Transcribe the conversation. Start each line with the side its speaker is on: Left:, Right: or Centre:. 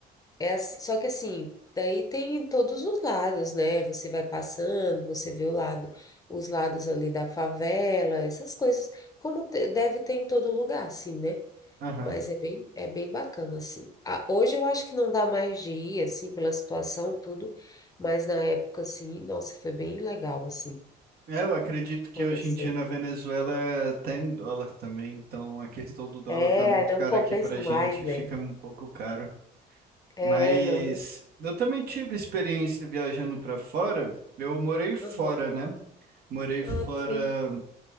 Left: é assim- só que assim, daí tem todos os lados, né, você vai passando, você vê o lado, os lados ali da favela, essas coisas, como te- deve ter em todo lugar, assim, né,
Right: Aham.
Left: mas é bem, é bem bacana, assim. Ah, hoje eu acho que não dá mais de ir, assim, pela situação, tudo, mas na época, assim, nossa, foi bem legal, assim,
Right: É, eu acredito
Left: de
Right: que
Left: conhecer.
Right: hoje em dia na Venezuela é até em dólar também, então a questão do dólar
Left: É,
Right: tá muito
Left: aí não
Right: cara
Left: compensa
Right: aqui pra gente,
Left: mais, né?
Right: fica um pouco caro.
Left: É,
Right: Mas
Left: não, não
Right: eu também tive experiência viajando pra fora. Eu morei fora,
Left: Aham.
Right: né? Morei
Left: Ah,
Right: fora
Left: sim.